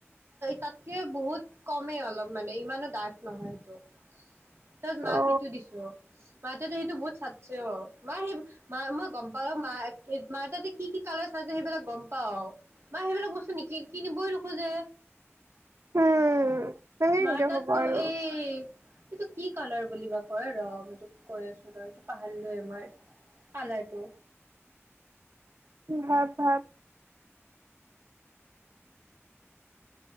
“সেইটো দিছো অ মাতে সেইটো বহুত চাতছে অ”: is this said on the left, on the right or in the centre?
Right